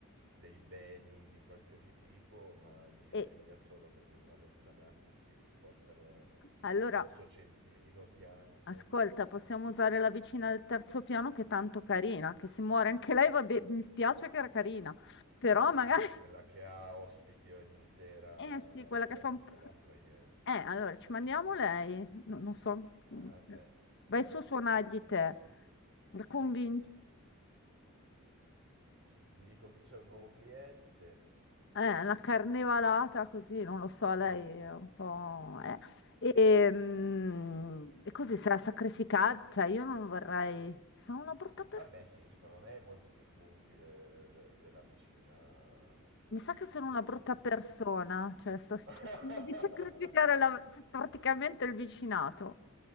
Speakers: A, on the right; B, on the left.
A: dei beni di qualsiasi tipo, ma gli strilla
B: E
A: solo che devono allontanarsi perché gli sporcano
B: allora,
A: eh, il suo centrino bianco.
B: ascolta, possiamo usare la vicina del terzo piano che è tanto carina, che se muore anche lei, va bene, mi spiace che era carina, però
A: Ah, tu
B: magari...
A: dici
B: <laughs>
A: quella che ha ospiti ogni sera,
B: Eh sì, quella
A: certo,
B: che fa un
A: quella
B: po'...
A: è accogliente.
B: Eh, allora,
A: Mm.
B: ci mandiamo lei. No- non so...
A: Ah,
B: mm,
A: beh, certo,
B: Vai su a suonargli
A: certo.
B: te. La convinci.
A: Gli dico che c'è un nuovo cliente.
B: Eh, la carnevalata così, non lo so, lei
A: Ok.
B: è un po'... eh. E, mm, e così sarà sacrificata, cioè io non vorrei... Sono una brutta persona.
A: Vabbè, sì, secondo me molti più punti de- de- della vicina
B: Mi sa che sono
A: vecchietta.
B: una brutta persona, cioè sto
A: <laughs>
B: cercando di sacrificare la- praticamente il vicinato,